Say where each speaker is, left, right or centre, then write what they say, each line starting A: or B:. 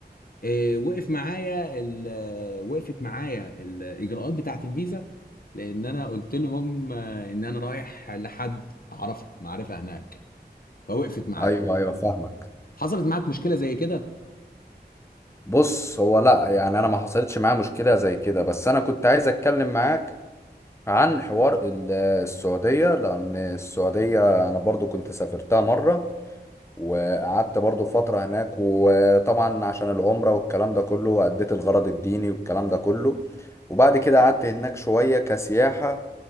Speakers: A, on the left (about 55°); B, on the left (about 15°).
A: إيه وقف معايا ال- آه، وقفت معايا الاجراءات بتاعه الفيزا لان انا قلت لهم آه، ان انا رايح لحد اعرفه معرفه هناك فوقفت معايا
B: أيوه أيوه فاهمك
A: حصلت معاك مشكلة زي كده
B: بص هو لأ يعني أنا ما حصلتش معايا مشكلة زي كده بس أنا كنت عايز أتكلم معاك عن حوار ال- السعودية لأن السعودية أنا برضو كنت سافرتها مرة وقعدت برضو فترة هناك وطبعا عشان العمرة والكلام ده كله أديت الغرض الديني والكلام ده كله وبعد كده قعدت هناك شوية كسياحة